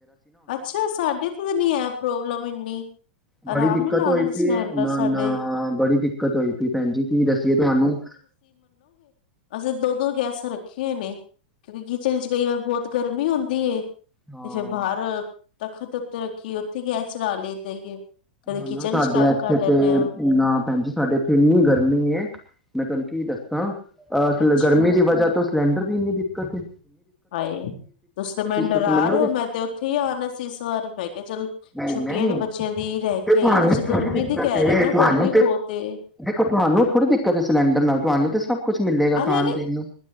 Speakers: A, on the left; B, in the centre.
A: ਅੱਛਾ ਸਾਡੇ ਤੇ ਤਾਂ ਨੀ ਹੈ ਪ੍ਰੋਬਲਮ ਇੰਨੀ
B: ਬੜੀ
A: ਆਰਾਮ
B: ਦਿੱਕਤ
A: ਨਾਲ ਆ
B: ਹੋਈ
A: ਰਹੇ
B: ਪਈ
A: ਸਿਲੰਡਰ
B: ਨਾ
A: ਸਾਡੇ
B: ਨਾ ਬੜੀ ਦਿੱਕਤ ਹੋਈ ਪਈ ਭੈਣ ਜੀ ਕੀ ਦੱਸੀਏ ਤੁਹਾਨੂੰ
A: ਜਦ ਦੋ ਦੋ ਗੈਸਾਂ ਰੱਖੀਆਂ ਨੇ। ਕਿਉਂਕਿ ਕਿਚਨ ਚ ਕਈ ਵਾਰ ਬਹੁਤ ਗਰਮੀ ਹੁੰਦੀ ਤੇ
B: ਹਾਂ
A: ਫਿਰ ਬਾਹਰ ਤਖਤ ਉੱਤੇ ਰੱਖੀ ਉੱਥੇ ਗੈਸ ਚਲਾ ਲੈਂਦਾ ਹੀ ਏ ਕਦੇ
B: ਹਨਾ
A: ਕਿਚਨ
B: ਸਾਡੇ
A: ਚ ਕੰਮ
B: ਇੱਥੇ
A: ਕਰ ਲੈਂਦੇ
B: ਤੇ
A: ਆ
B: ਨਾ ਭੈਣ ਜੀ ਸਾਡੇ ਇੱਥੇ ਇੰਨੀ ਗਰਮੀ ਹੈ ਮੈਂ ਤੁਹਾਨੂੰ ਕੀ ਦੱਸਾਂ ਹਾਂ। ਅਸਲ
A: ਅੱਛਾ
B: ਗਰਮੀ ਦੀ ਵਜ੍ਹਾ ਤੋਂ ਸਿਲੰਡਰ ਦੀ ਇੰਨੀ ਦਿੱਕਤ ਏ।
A: ਹਾਏ, ਤੁਸੀ ਤੇ ਮੈਨੂੰ ਡਰਾ
B: ਤੁਸੀਂ ਮੰਨੋਗੇ
A: ਰਹੇ ਹੋ ਮੈਂ ਤੇ ਉੱਥੇ ਹੀ ਆਣਾ ਸੀ ਇਸ ਵਾਰ ਮੈਂ ਕਿਹਾ ਚੱਲ
B: ਨਹੀਂ
A: ਛੁੱਟੀਆਂ
B: ਨਹੀਂ
A: ਨੇ ਬੱਚਿਆਂ ਦੀ ਰਹਿ
B: ਤੇ
A: ਕੇ ਆਈਏ
B: ਤੁਹਾਨੂੰ
A: ਤੁਸੀਂ
B: ਥੋੜ੍ਹੀ
A: ਗਰਮੀ
B: ਦਿੱਕਤ
A: ਦੀ ਕਹਿ
B: ਏ
A: ਰਹੇ ਹੋ ਨਾ
B: ਤੁਹਾਨੂੰ
A: ਗਰਮੀ
B: ਤੇ
A: ਬਹੁਤ ਏ
B: ਦੇਖੋ ਤੁਹਾਨੂੰ ਥੋੜ੍ਹੀ ਦਿੱਕਤ ਏ ਸਿਲੰਡਰ ਨਾਲ ਤੁਹਾਨੂੰ ਤੇ ਸਭ ਕੁਛ- ਮਲੇਗਾ
A: ਅਰੇ
B: ਖਣ
A: ਅਰੇ
B: ਪੀਣ ਨੂੰ